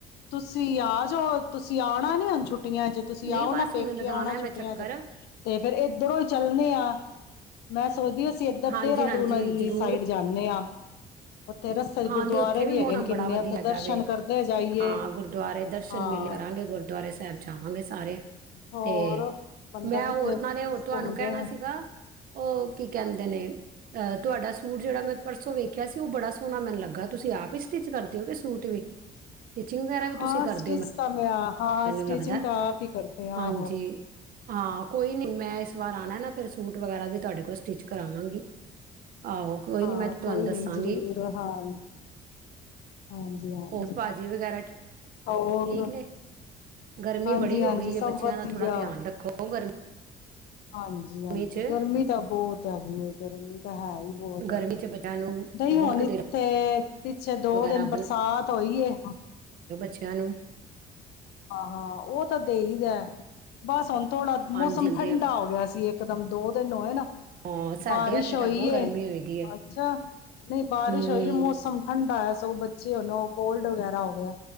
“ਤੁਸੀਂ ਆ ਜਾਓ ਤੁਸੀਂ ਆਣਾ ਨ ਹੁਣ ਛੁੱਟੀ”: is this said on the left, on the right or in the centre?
Left